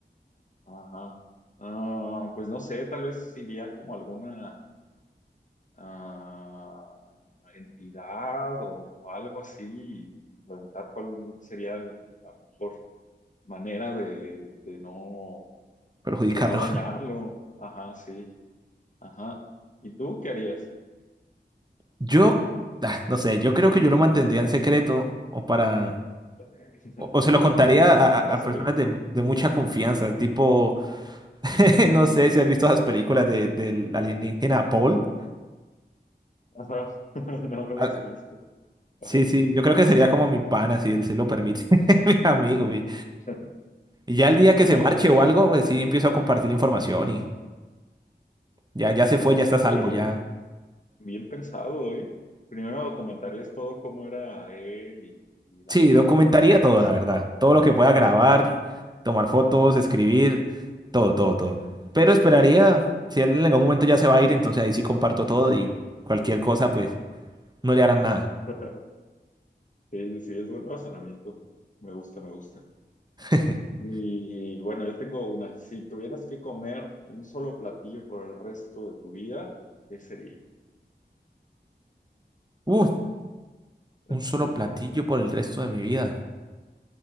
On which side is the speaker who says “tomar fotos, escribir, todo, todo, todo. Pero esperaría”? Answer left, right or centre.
Right